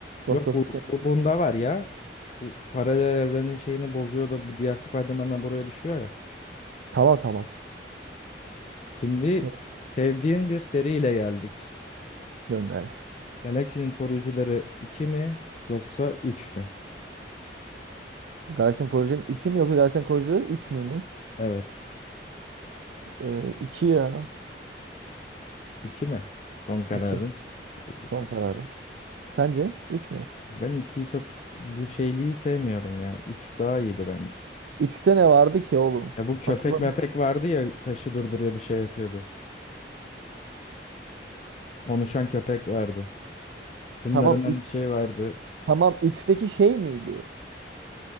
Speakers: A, on the right; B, on the left.
A: Doctor
B: Yok bu,
A: Strange.
B: bu bunda var ya. Bu paralel evrenin şeyini bozuyor da bu diğer Spider-Man'den buraya düşüyor ya.
A: Tamam tamam.
B: Şimdi
A: Tamam.
B: sevdiğin bir seriyle geldik.
A: Gönder.
B: Galaksinin Koruyucuları 2 mi yoksa 3 mü?
A: Galaxy Koleji'nin iki mi yoksa Galaxy Koleji'nin 3 mü mü?
B: Evet.
A: Ee, 2 ya.
B: 2 mi? Son kararın.
A: 2.
B: İyi,
A: Son
B: tamam.
A: kararım. Sence Üç mü?
B: Ben ikiyi çok bu şeyliği sevmiyorum ya. 3 daha iyiydi bence.
A: Üç'te ne vardı ki oğlum?
B: Ya bu köpek
A: Hatırlamıyorum.
B: mepek vardı ya taşı durduruyordu şey yapıyordu. Konuşan köpek vardı. Bunların
A: Tamam
B: hani
A: 3.
B: şey vardı.
A: Tamam üçteki şey miydi?